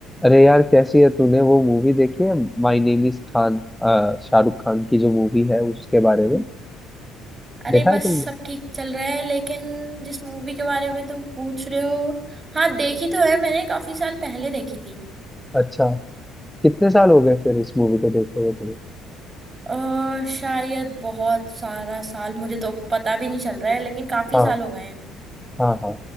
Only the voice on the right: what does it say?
अरे
बस
सब ठीक चल रहा है लेकिन जिस मूवी के बारे में तुम पूछ रहे हो हाँ देखी तो है मैंने काफी साल पहले देखी थी
और शायद बहुत सारा साल मुझे तो पता भी नहीं चल रहा है लेकिन काफी
साल हो गए हैं